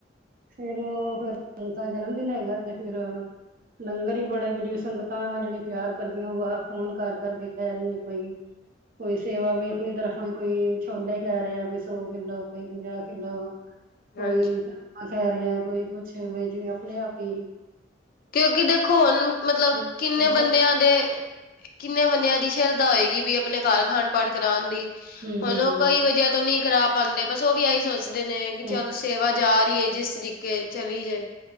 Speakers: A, on the right; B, on the left.
A: ਫਿਰ ਉਹ, ਫਿਰ ਹੁਣ ਤਾਂ ਜਨਮਦੀਨ ਹੈਗਾ ਤੇ, ਫਿਰ ਲੰਗਰ ਈ ਬੜੇ-ਬੜੀਆ ਸੰਗਤਾਂ ਜਿਹੜੇ ਪਿਆਰ ਕਰਦੀਆਂ, ਉਹ ਫੋਨ ਕਰ-ਕਰਕੇ ਕਹਿ ਰਹੀਆਂ ਕੋਈ। ਕੋਈ ਸੇਵਾ ਵੀ ਆਪਣੀ ਤਰਫੋਂ ਈ ਕੋਈ, ਛੋਲੇ ਕਿਹ ਰਿਹਾ, ਕੋਈ ਸੌ-ਕਿੱਲੋ, ਕੋਈ ਪੰਜਾਹ ਕਿੱਲੋ। ਕੋਈ
B: ਹਾਂਜੀ
A: <inaudible> ਕਹਿ ਰਿਹਾ, ਕੋਈ ਕੁਛ ਬਈ, ਜਿਵੇਂ ਆਪਣੇ ਆਪ ਈ।
B: ਕਿਉਂਕਿ ਦੇਖੋ ਹੁਣ, ਮਤਲਬ,
A: ਹੂੰ,
B: ਕਿੰਨੇ ਬੰਦਿਆਂ ਦੇ ਕਿੰਨੇ ਬੰਨਿਆਂ ਦੀ ਸ਼ਰਧਾ ਹੋਏਗੀ ਵੀ, ਅਪਣੇ ਘਰ ਅਖੰਡ ਪਾਠ ਕਰਾਣ ਦੀ।
A: ਹੂੰ,
B: ਹੁਨ
A: ਹੂੰ,
B: ਉਹ, ਕਈ ਵਜ੍ਹਾ ਤੋਂ ਨਹੀ ਕਰਾ ਪਾਂਦੇ, ਬਸ, ਉਹ ਵੀ ਆਹੀ ਸੋਚ ਦੇ ਨੇ ਕਿ
A: ਹੂੰ,
B: ਚੱਲ ਸੇਵਾ ਜਾਰੀ ਏ ਜਿਸ ਤਰੀਕੇ, ਚਲੀ ਜਾਏ।